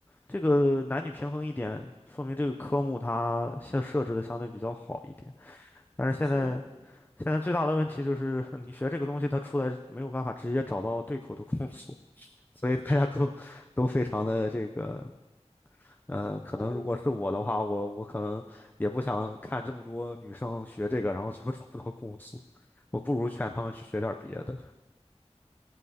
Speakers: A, on the left (about 15°); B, in the centre.
A: 这个男女平衡一点，说明这个科目它现设置的相对比较好一点。但是现在
B: 是，
A: 现在最大的问题就是，你学这个东西，它出来没有办法直接找到对口的工作，<laughs> 所以大家都都非常的这个呃，可能如果是我的话，
B: 咱们
A: 我我可能也不想看这么多女生学这个，然后最后找不到工作，我不如劝他们去学点别的。